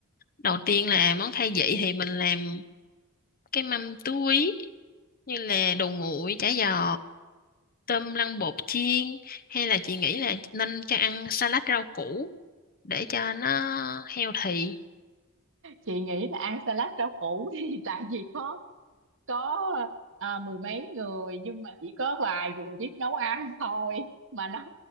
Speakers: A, on the left; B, on the right.
A: đầu tiên là món khai vị thì mình làm cái mâm tứ quý như là đồ nguội chả giò tôm lăn bột chiên hay là chị nghĩ là nên cho ăn salad rau củ để cho nó healthy
B: chị nghĩ là ăn salad rau củ thì <laughs> tại vì có có à, mười mấy người nhưng mà chỉ có vài người biết nấu ăn thôi mà nấu